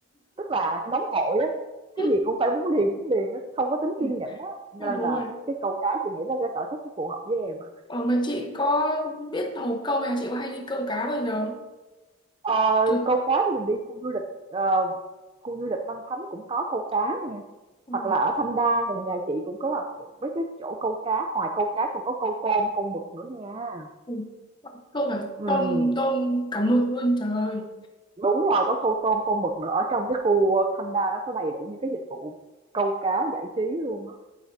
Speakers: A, on the right; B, on the left.
A: tức là nóng vội á cái
B: <laughs>
A: gì cũng phải muốn liền muốn liền á không có tính
B: Ừ.
A: kiên nhẫn á nên
B: Ừ, đúng
A: là
B: rồi.
A: cái câu cá chị nghĩ là cái sở thích nó phù hợp với em á
B: Ờ, mà chị có biết hầu câu hay là chị có hay đi câu cá bao giờ không?
A: Ờ,
B: Chưa.
A: câu cá thì mình đi khu du lịch ờ, khu du lịch Văn Thánh cũng có câu cá nè
B: Ừ.
A: hoặc là ở Thanh Đa gần nhà chị cũng có là mấy cái chỗ câu cá ngoài câu cá còn có câu tôm câu mực nữa nha
B: Ừ. Câu cả
A: ừ,
B: tôm, tôm, cả mực luôn trời
A: đúng rồi có câu tôm câu mực nữa ở trong cái khu Thanh Đa nó có đầy đủ những cái dịch vụ câu cá giải trí luôn á